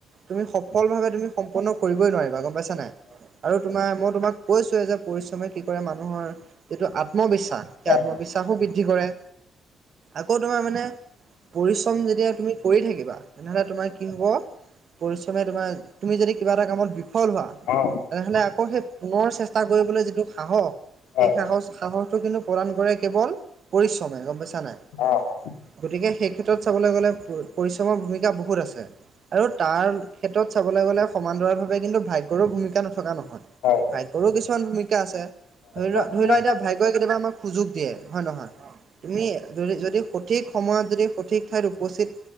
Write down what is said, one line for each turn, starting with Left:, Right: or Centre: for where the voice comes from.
Right: তুমি সফল ভাৱে তুমি সম্পন্ন কৰিবই নোৱাৰিবা গম পাইছা নাই। আৰু তোমাৰ মই তোমাক কৈছোৱে যে পৰিশ্ৰমে কি কৰে মানুহৰ- যিটো আত্মবিশ্বাস সেই
Left: অ
Right: আত্মবিশ্বাসো বৃদ্ধি কৰে। আকৌ তোমাৰ মানে পৰিশ্ৰম যেতিয়া তুমি কৰি থাকিবা তেনে হ'লে তোমাৰ কি হ'ব- পৰিশ্ৰমে তোমাৰ তুমি যদি কিবা এটা কামত বিফল হোৱা
Left: হয়
Right: তেনে হ'লে আকৌ সেই- পুনৰ চেষ্টা কৰিবলৈ যিটো সাহস।
Left: হয়।
Right: সেই সাহছ সাহসটো কিন্তু প্ৰদান কৰে কেৱল পৰিশ্ৰমে গম পাইছা নাই।
Left: অ', অ', হয়,
Right: গতিকে সেই ক্ষেত্ৰত চাবলৈ গ'লে পৰিশ্ৰমৰ ভূমিকা বহুত আছে আৰু তাৰ ক্ষেত্ৰত চাবলে গ'লে সমান্তৰাভাৱে কিন্তু ভাগ্যৰো ভূমিকা নথকা নহয়।
Left: হয়।
Right: ভাইগৰো কিছুমান ভূমিকা আছে ধৰি লোৱা
Left: অ',
Right: ধৰি লোৱা এতিয়া
Left: হয়।
Right: ভাইগ, গৈ কেতিয়াবা আমাক সুযোগ দিয়ে হয় নহয়। তুমি যদি যদি সঠিক সময়ত যদি সঠিক ঠাইত উপস্থিত।